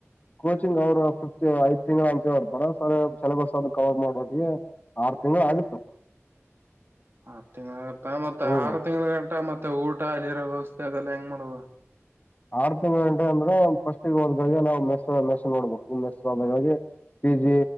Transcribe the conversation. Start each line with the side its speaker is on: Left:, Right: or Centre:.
Left: ಕೋಚಿಂಗ್ ಅವ್ರು ಫಿಫತ್ ಐದ್ ತಿಂಗಳು ಅಂತ ಹೇಳಿರ್ತಾರ ಸಿಲೆಬಸ್ ಅದು ಕವರ್ ಮಾಡೋವಟಿಗೆ ಆರ್. ತಿಂಗಳ ಆಗುತ್ತಾ.
Right: ಆರ್ ತಿಂಗಳ ಆಗತ್ತ ಮತ್ತೆ
Left: ಹ್ಮ್
Right: ಆರು ತಿಂಗಳ ಗಂಟ ಮತ್ತೆ ಊಟ ಅಲ್ಲಿರೋ ವ್ಯವಸ್ಥೆ. ಅದೆಲ್ಲ ಹೆಂಗ್ ಮಾಡದ.
Left: ಆರ್ ತಿಂಗಳ ಗಂಟ ಅಂದ್ರ ಫಸ್ಟ್ಗೆ ಹೋದಾಗಳಿಗೆ ನಾವ್ ಮೆಸ್ಸ ಮೆಸ ನೋಡ್ಬೇಕು ಮೆಸ್ಗೆಳಿಗೆ. ಪಿ ಜಿ